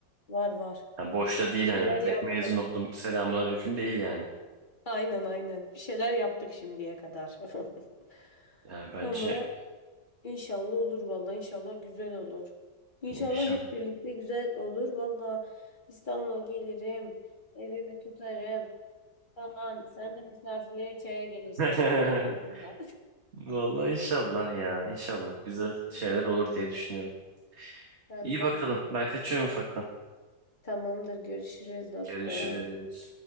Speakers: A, on the left (about 25°); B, on the right (about 35°).
A: Var var.
B: Ha, boşta değil
A: Bir şeyler
B: yani. öyle Direkt
A: yaptık.
B: mezun oldum. Selamünaleyküm değil yani.
A: Aynen aynen. Bir şeyler yaptık şimdiye kadar. <laughs>
B: Yani bence
A: Ama inşallah olur valla. inşallah güzel olur. İnşallah
B: inşallah
A: hep birlikte güzel olur. Valla İstanbul'a gelirim. Evimi tutarım falan. Sen de misafirliğe çaya gelirsin
B: <laughs>
A: arkadaşınla.
B: Vallahi inşallah ya. İnşallah güzel şeyler
A: <laughs> Güzel
B: olur
A: olur.
B: diye düşünüyorum.
A: Ben
B: İyi
A: de.
B: bakalım. Ben kaçıyorum ufaktan.
A: Tamamdır. Görüşürüz dostum.
B: Görüşürüz.